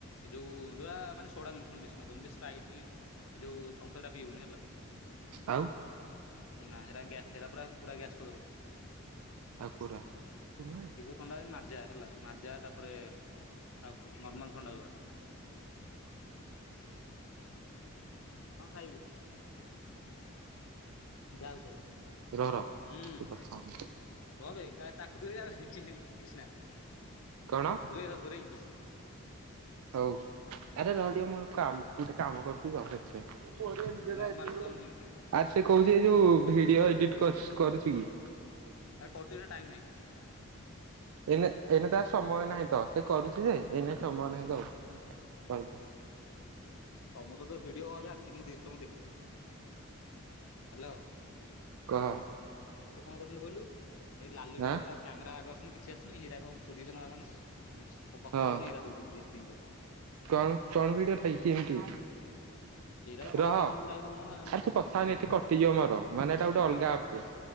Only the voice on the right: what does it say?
ଆଉ
ଆକୁରା ଭାଇ
ରହ ରହ
ତୁ କଥା ହନି
କଣ
ହଉ ଆରେ ରହ ଟିକେ ମୁଁ କାମ ଗୋଟେ କାମ କରୁଛି ତ ସେଥିପାଇଁ।
ଆର୍ ସେ କହୁଛି ଏ ଯୋଉ ଭିଡିଓ ଏଡିଟ କରୁ କରୁଛି କି?
ଏଇନେ ଏଇନେ ତା ସମୟ ନାହିଁ ତ ସେ କରୁଛି ଯେ ଏଇନେ ସମୟ ନାହିଁ ତ ଆଉ
କହ।
ଆଁ
ହଁ
କଣ କଣ ଭିଡିଓ ଟା କି କେମିତି
ରହ।
ଆରେ ତୁ କଥା ହନି ଏଠି କଟିଯିବ ମର ମାନେ ଏଟା ଗୋଟେ
ଅଲଗା ଆପ୍ ଟେ।